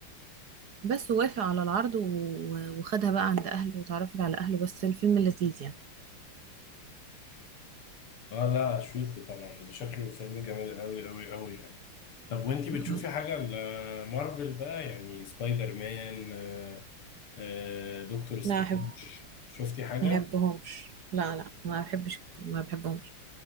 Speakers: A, on the right; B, on the left.
A: بس وافق على العرض و- وخدها بقى عند أهله وتعرفت على أهله بس الفيلم لذيذ يعني
B: اه لا اشوفه طبعا ده شكله فيلم جميل قوي قوي قوي يعني طب وانتي بتشوفي
A: م- م.
B: حاجة لمارفل بقى يعني سبايدر مان آه، آه، دكتور سترينج
A: لا أحب
B: شفتي حاجة؟
A: ما بحبهمش لا لا ما بحبش ما بحبهمش